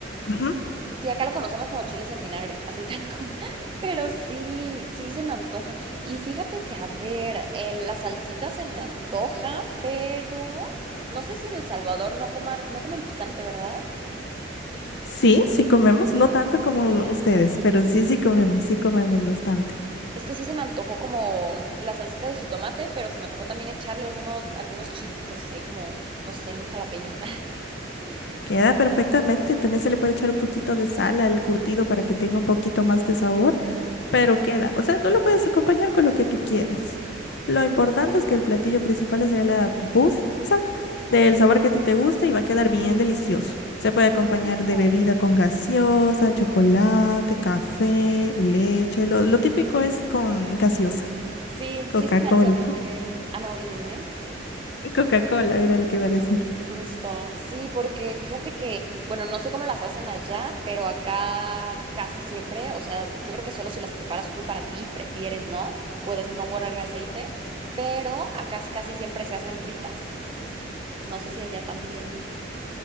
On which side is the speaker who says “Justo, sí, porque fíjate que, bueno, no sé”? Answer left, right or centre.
Right